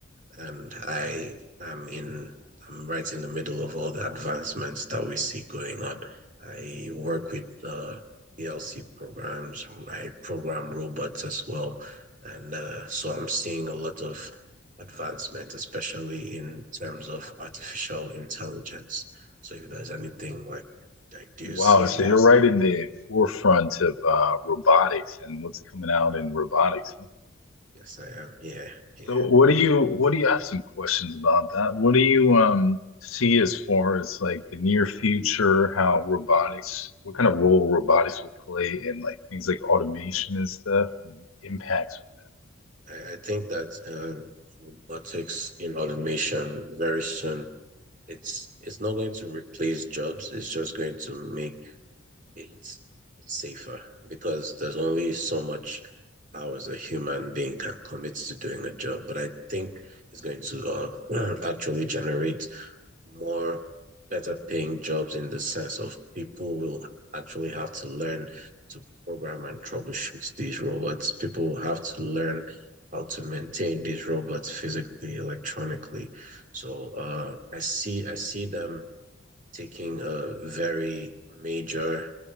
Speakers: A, on the right; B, on the left.
A: and I am in I'm right in the middle of all the advancements that we see going on. I work with uh, ELC programs. I program robots as well, and uh, so I'm seeing a lot of advancement, especially in terms of artificial intelligence. So if there's anything like, like do you
B: Wow,
A: see any?
B: so
A: Yeah.
B: you're right in the forefront of uh, robotics and what's coming out in robotics, huh?
A: Yes, I am. Yeah, yeah.
B: So what do you what do you I have some questions about that? What do you um see as far as like the near future, how robotics, what kind of role robotics will play in like things like automation and stuff and impacts? with
A: I, I think that um, robotics in automation very soon it's it's not going to replace jobs. It's just going to make it safer because there's only so much hours a human being can commit to doing a job. But I think it's going to uh, <clears throat> actually generate more better paying jobs in the sense of people will actually have to learn to program and troubleshoot these robots. People will have to learn how to maintain these robots physically, electronically. So uh, I see I see them taking a very major